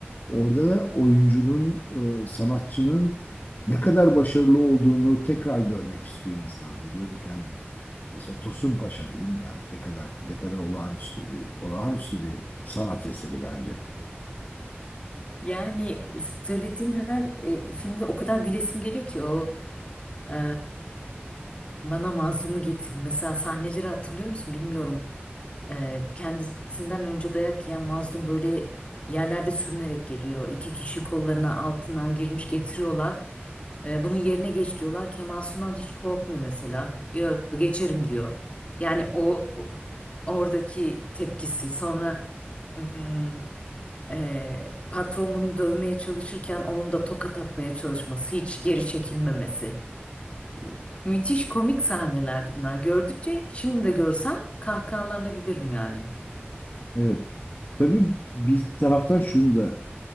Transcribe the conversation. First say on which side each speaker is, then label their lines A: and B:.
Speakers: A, on the left; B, on the left.
A: orada oyuncunun, e, sanatçının ne kadar başarılı olduğunu tekrar görmek istiyor insan. Diyorum ki yani mesela Tosun Paşa diyeyim yani ne kadar ne kadar olağanüstü bir olağanüstü bir sanat eseri bence.
B: Yani e, söylediğin her e, filmde o kadar gülesim geliyor ki o e, bana mazlumu getir. Mesela sahneleri hatırlıyor musun bilmiyorum. Ee, kendisinden önce dayak yiyen mazlum böyle yerlerde sürünerek geliyor. İki kişi kollarına altından girmiş getiriyorlar. Ee, bunun yerine geç diyorlar. Kemal Sunal hiç korkmuyor mesela. Yo geçerim diyor. Yani o oradaki tepkisi sonra hmm, e, patron bunu dövmeye çalışırken onun da tokat atmaya çalışması, hiç geri çekilmemesi. Ee, Müthiş komik sahnelerdi bunlar. Gördükçe şimdi de görsem kahkahalarla gülerim yani.
A: Evet. Tabii bir taraftan şunu da